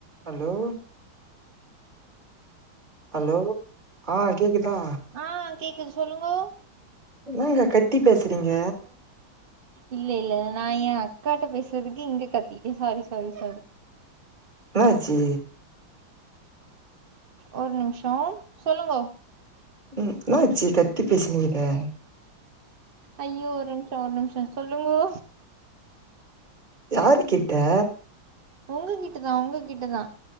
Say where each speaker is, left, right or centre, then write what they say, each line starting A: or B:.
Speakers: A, on the right; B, on the right.
A: Hello hello ஆஹ் கேக்குதா
B: ஆ கேக்குது சொல்லுங்கோ
A: என்னங்க கத்தி பேசுறீங்க
B: இல்ல இல்ல நா ஏன் ஆ அக்காட்ட பேசுறதுக்கு இங்க கத்திட்டே சாரி சாரி சாரி
A: என்னாச்சி
B: ஒரு நிமிஷம் சொல்லுங்கோ
A: ம் என்னாச்சி கத்தி பேசுனீங்க இப்ப
B: ஐயோ ஒரு நிமிஷம் ஒரு நிமிஷம் சொல்லுங்கோ
A: யாரு கிட்ட
B: உங்ககிட்டதா உங்ககிட்டதா